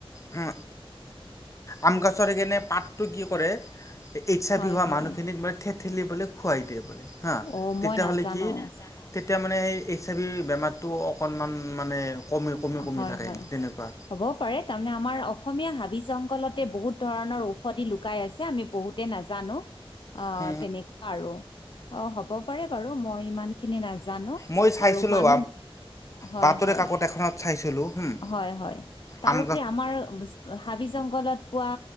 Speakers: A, on the left (about 30°); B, on the left (about 55°).
A: হ আম গছৰ সেই কেনে পাতটো কি কৰে এ এই্ছ আ
B: হয়
A: ভি হোৱা
B: হয়
A: মানুহ খিনিক মানে থেঠেলি বোলে খুৱাই দিয়ে বোলে। হা
B: অ'
A: তেতিয়া
B: মই নাজানো
A: হ'লে কি তেতিয়া মানে মানে সেই এইচ আই ভিৰ বেমাৰটো অকণমান মানে কমি কমি কমি
B: হয়
A: থাকে
B: হয়
A: তেনেকুৱা
B: হ'বও পাৰে তাৰমানে আমাৰ অসমীয়া হাবি জংঘলত বহুত ধৰণৰ ঔষধি লুকাই আছে, আমি বহুতে নাজানো আহ
A: অ',
B: তেনেকুৱা আৰু। অ হ'ব পাৰে বাৰু মই ইমানখিনি নাজা জানো
A: মই চাইছিলোঁ
B: আৰু মানুহ হয়
A: বাতৰি
B: হয়।
A: কাকত এখনত চাইছিলোঁ হুম
B: হয় হয় তাৰওপৰি
A: আম
B: আমাৰ হাবি জংঘলত পোৱা